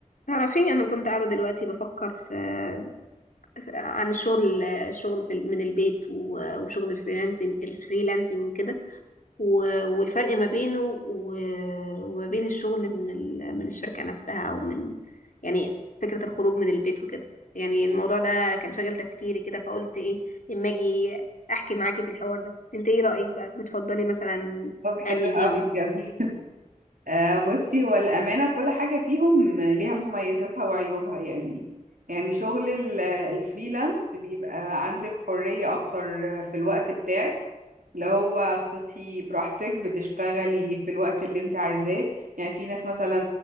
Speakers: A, on the left (about 70°); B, on the right (about 85°).
A: تعرفي انا كنت قاعده دلوقتي بفكر آه، عن الشغل الشغل في من البيت و- وشغل الفريلانسنج الفريلانسنج كده و- والفرق ما بينه و- وما بين الشغل من ال- من الشركه نفسها او من يعني فكره الخروج من البيت وكده يعني الموضوع ده كان شاغل تفكيري كده فقلت ايه اما اجي احكي معاكي في الحوار ده انت ايه رايك بقى بتفضلي مثلا
B: طب حلو
A: انهي
B: قوي
A: فيهم
B: بجد آه بصي هو الأمانة كل حاجة فيهم ليها مميزاتها وعيوبها يعني يعني شغل ال- الفريلانس بيبقى عندك حرية أكتر في الوقت بتاعك اللي هو بتصحي براحتك بتشتغلي في الوقت اللي انت عايزاه يعني في ناس مثلا